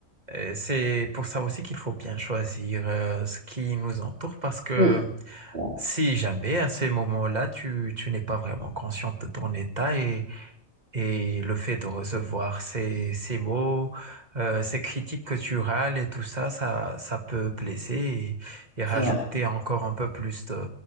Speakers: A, on the right; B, on the right.
A: Euh, C'est pour ça aussi qu'il faut bien choisir euh, ce qui nous entoure parce que
B: Mm. Ouais,
A: si jamais à ces moments-là, tu, tu n'es pas vraiment consciente de ton état et, et le fait de recevoir ces, ces mots, euh, ces critiques que tu râles et tout ça, ça, ça peut blesser et, et
B: C'est
A: rajouter
B: vrai.
A: encore un peu plus de,